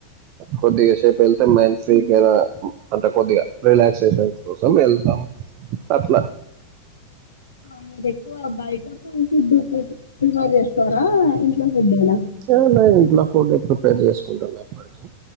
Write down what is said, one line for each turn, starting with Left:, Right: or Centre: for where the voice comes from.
Right: కొద్దిగా సేపు వెళ్తే మైండ్ ఫ్రీగా అంటే కొద్దిగా రిలాక్సేషన్ కోసం వెళ్తాం అట్లా
Left: ఆ మీరు ఎక్కువ బయ ఫుడ్ ఓకే సార్ చేస్తారా ఇంట్లో ఫుడ్డనా
Right: అవునా ఇంట్లో ఫుడ్ ప్రిపేర్ చేసుకుంటాం ఎప్పటికి